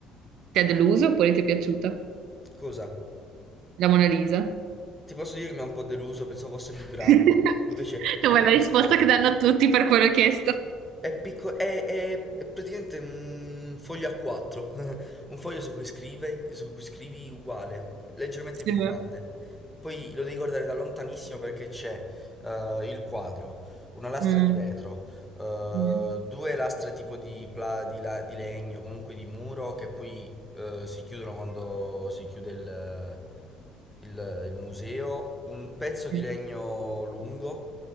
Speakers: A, on the right; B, in the centre.
A: Ti ha deluso oppure ti è piaciuta?
B: Cosa?
A: La Mona Lisa?
B: Ti posso dire che mi ha un po' deluso, pensavo fosse più grande,
A: <laughs>
B: invece
A: No,
B: è, è
A: è la risposta
B: piccola.
A: che danno tutti per quello chiesto.
B: È piccolo, è, è- è praticamente un foglio A4, <laughs> un foglio su cui scrive, su cui scrivi uguale, leggermente
A: Sì.
B: più grande. Poi lo devi guardare da lontanissimo perché c'è eh, il quadro, una lastra
A: Mm,
B: di vetro, eh,
A: mm,
B: due lastre tipo di, pla- di la- di legno, comunque di muro, che poi eh, si chiudono quando si chiude il, il, il museo, un pezzo di
A: mm,
B: legno lungo